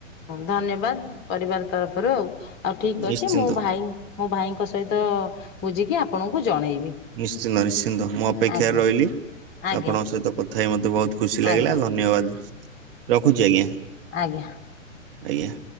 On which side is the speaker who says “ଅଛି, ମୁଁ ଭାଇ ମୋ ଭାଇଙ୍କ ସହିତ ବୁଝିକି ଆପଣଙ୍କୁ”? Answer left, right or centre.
Left